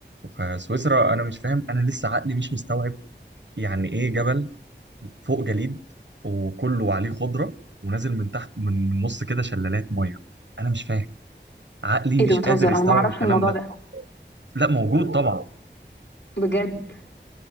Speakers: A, on the right (about 75°); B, on the left (about 70°).
A: فسويسرا انا مش فاهم انا لسه عقلي مش مستوعب يعني ايه جبل فوق جليد وكله عليه خضره ونازل من تحت من من نص كده شلالات ميه انا مش فاهم عقلي
B: ايه ده
A: مش
B: بتهزر
A: قادر يستوعب
B: انا ما اعرفش
A: الكلام
B: الموضوع
A: ده
B: ده
A: لا موجود طبعا
B: بجد